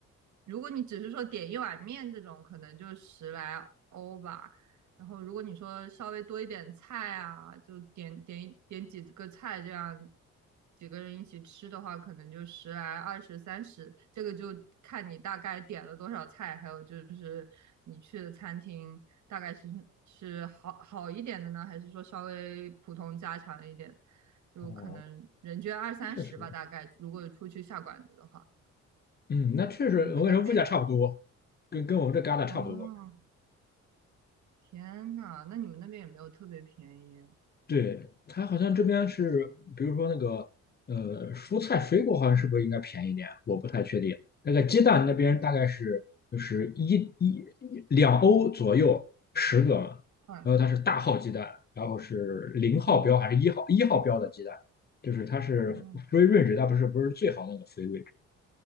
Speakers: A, on the right (about 70°); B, on the left (about 30°).
A: 如果你只是说点一碗面这种，可能就十来欧吧。然后如果你说稍微多一点菜啊，就点点一点几个菜，这样几个人一起吃的话，可能就十来、二十、三十，这个就看你大概点了多少菜，还有就是你去的餐厅大概是是好好一点的呢，还是说稍微普通家常一点的就可能人均二三十吧，
B: 哦，那确实，
A: 大概如果出去下馆子的话，
B: 嗯，那确实，
A: 你们那边
B: 我跟你说，物价差不多，跟跟我们这旮沓差不多。
A: 哦，天呐，那你们那边也没有特别便宜，
B: 对，它好像这边是，比如说那个呃，蔬菜水果好像是不是应该便宜点？我不太确定。那个鸡蛋那边大概是就是一一一两欧左右十个嘛，
A: 啊，
B: 然后它是大号鸡蛋，然后是零号标还是一号一号标的鸡蛋，
A: 嗯
B: 就是它是
A: 哦，
B: free range，它不是不是最好的那个 g e